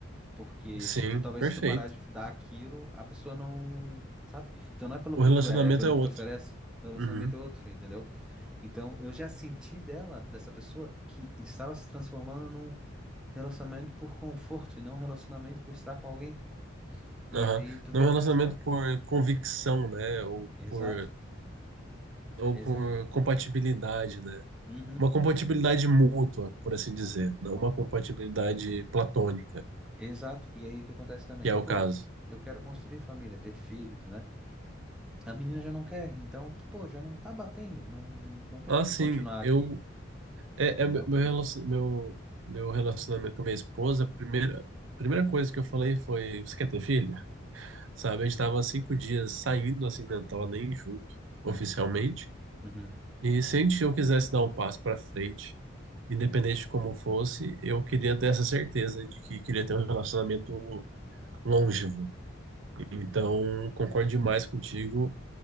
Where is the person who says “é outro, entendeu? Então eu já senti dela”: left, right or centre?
Centre